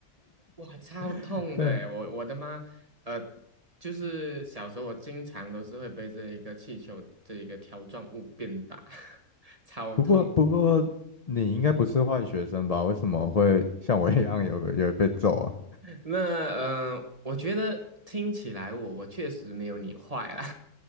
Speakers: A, on the right; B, on the left.
A: 哇，超痛的诶，
B: <laughs> 对。
A: 我我的妈，呃，就是小时候我经常都是会被这一个气球这一个条状物鞭打，<laughs> 超痛。
B: 不过不过你应该不是坏学生吧？为什么会像我一样有有被揍啊？
A: 那呃，我觉得听起来我我确实没有你坏啦，